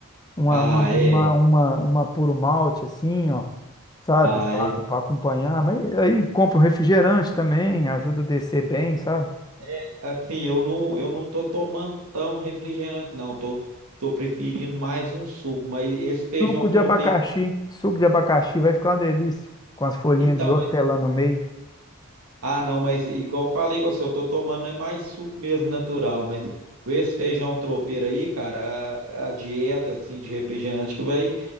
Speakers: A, on the left; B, on the right.
A: uma,
B: ah,
A: uma, uma,
B: é.
A: uma, uma puro malte, assim, ó, sabe,
B: Ah, é bem.
A: para acompanhar. Mas aí compra um refrigerante também, ajuda a descer bem, sabe?
B: É, assim, eu não, eu não tô tomando tão refrigerante, não. Tô, tô preferindo mais um suco, mas esse feijão
A: Suco de
B: tropeiro.
A: abacaxi, suco de abacaxi vai ficar uma delícia, com as folhinhas
B: Então,
A: de hortelã
B: mas.
A: no meio.
B: Ah, não, mas igual eu falei com você, eu tô tomando é mais suco mesmo natural, mas com esse feijão tropeiro aí, cara, a, a dieta, assim, de refrigerante que vai,